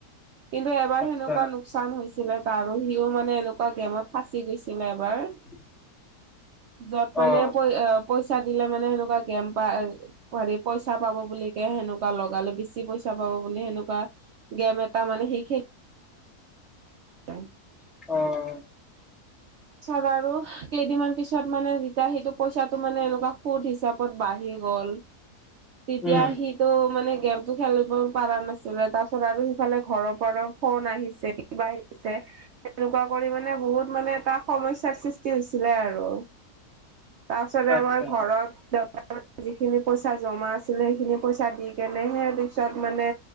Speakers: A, on the right; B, in the centre.
A: <inaudible> কিন্তু এবাৰ
B: আচ্ছা
A: সেনেকুৱা লোকচান হৈছিলে তাৰো, সিও মানে এনেকুৱা গেমত ফাঁচি গৈছিলে এবাৰ।
B: <unintelligible>
A: য'ত মানে
B: অ
A: পই-পইচা দিলে মানে সেনেকুৱা গেম পায়। হেৰি পইচা পাব বুলি কে সেনেকুৱা লগালে বেছি পইচা পাব বুলি সেনেকুৱা, গেম এটা তাৰমানে সেইখিনি <inaudible>
B: অ'।
A: পিছত আৰু কেইদিনমান পিছত মানে যেতিয়া সেইটো পইচাটো মানে এনেকুৱা সুদ হিচাপে বাঢ়ি গ'ল, তেতিয়া
B: উম
A: সিটো মানে গেমটো খেলিব পাৰা নাছিলে, তাপিছত আৰু সিফালে ঘৰৰ পৰা ফোন আহিছে কিবা আহিছে সেনেকুৱা কৰি মানে বহুত মানে এটা সমস্যাৰ সৃষ্টি হৈছিলে আৰু। তাৰপিছতে
B: আচ্ছা
A: আমাৰ ঘৰত দেউতাৰ যিখিনি পইচা জমা আছিলে, সেইখিনি পইচা দি কেনে সেইয়া দিছাত মানে